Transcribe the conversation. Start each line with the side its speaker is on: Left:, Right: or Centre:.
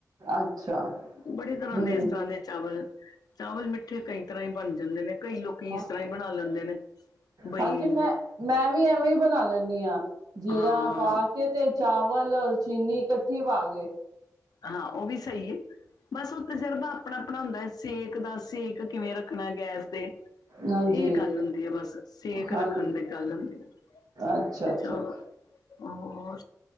Right: ਅੱਛਾ
Left: ਬੜੀ ਤਰ੍ਹਾਂ
Right: ਹੂੰ
Left: ਦੇ ਇਸ ਤਰ੍ਹਾਂ ਦੇ ਚਾਵਲ ਚਾਵਲ ਮਿੱਠੇ ਕਈ ਤਰ੍ਹਾਂ ਹੀ ਬਣ ਜਾਂਦੇ ਨੇ ਕਈ ਲੋਕੀ
Right: ਹਾਂ
Left: ਇਸ ਤਰ੍ਹਾਂ ਹੀ ਬਣਾ ਲੈਂਦੇ ਨੇ। ਬਈ
Right: ਹਾਂਜੀ ਮੈਂ ਮੈਂ ਵੀ ਐਵੇਂ ਹੀ ਬਣਾ ਲੈਂਦੀ ਹਾਂ ਜੀਰਾ
Left: ਹਾਂ
Right: ਪਾ ਕੇ ਤੇ ਚਾਵਲ ਔਰ ਚੀਨੀ ਇਕੱਠੀ ਪਾ ਗਏ।
Left: ਹਾਂ ਉਹ ਵੀ ਸਹੀ ਹੈ। ਬਸ ਉਹ ਤਜਰਬਾ ਆਪਣਾ ਆਪਣਾ ਹੁੰਦਾ ਸੇਕ ਦਾ ਸੇਕ ਕਿਵੇਂ ਰੱਖਣਾ ਗੈਸ ਦੇ
Right: ਹਾਂਜੀ
Left: ਇਹ ਗੱਲ ਹੁੰਦੀ ਆ ਬਸ ਸੇਕ
Right: ਹਾਂਜੀ
Left: ਰੱਖਣ ਦੀ ਗੱਲ ਹੁੰਦੀ ਆ
Right: ਅੱਛਾ
Left: ਤੇ
Right: ਅੱਛਾ
Left: ਚ ਹੋ